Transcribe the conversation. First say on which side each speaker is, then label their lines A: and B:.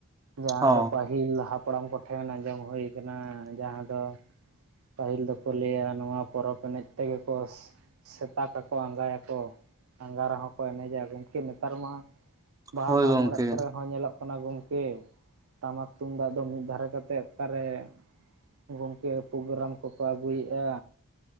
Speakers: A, on the right; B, on the right.
A: ᱡᱟᱦᱟᱸ
B: ᱦᱚᱸ
A: ᱫᱚ ᱯᱟᱹᱦᱤᱞ ᱦᱟᱯᱲᱟᱢ ᱠᱚᱴᱷᱮᱱ ᱟᱸᱡᱚᱢ ᱦᱳᱭ ᱠᱟᱱᱟ ᱡᱟᱦᱟᱸ ᱫᱚ ᱯᱟᱹᱦᱤᱞ ᱫᱚ ᱠᱚ ᱞᱟᱹᱭᱟ ᱱᱚᱣᱟ ᱯᱚᱨᱚᱵᱽ ᱮᱱᱮᱡ ᱛᱮᱜᱮ ᱠᱚ ᱥᱮᱛᱟ ᱠᱟᱠᱚ ᱟᱸᱜᱟᱭᱟ ᱠᱚ ᱟᱸᱜᱟ ᱨᱮ ᱦᱚᱸ ᱠᱚ ᱮᱱᱮᱡᱟ ᱜᱚᱝᱠᱮ ᱱᱮᱛᱟᱨ ᱢᱟ ᱵᱟᱦᱟ
B: ᱦᱳᱭ
A: ᱢᱟᱸᱜ-ᱢᱚᱸᱬᱮᱜ
B: ᱜᱚᱝᱠᱮ
A: ᱠᱚ ᱨᱮ ᱦᱚᱸ ᱧᱮᱞᱚᱜ ᱠᱟᱱᱟ ᱜᱚᱝᱠᱮ ᱴᱟᱢᱟᱠ ᱛᱩᱱᱫᱟᱜ ᱫᱚ ᱢᱤᱫ ᱫᱷᱟᱨᱮ ᱠᱟᱛᱮᱜ ᱚᱠᱟ ᱨᱮ ᱜᱚᱝᱠᱮ ᱯᱳᱜᱨᱟᱢ ᱠᱚ ᱠᱚ ᱟᱹᱜᱩᱭᱮᱜ-ᱟ᱾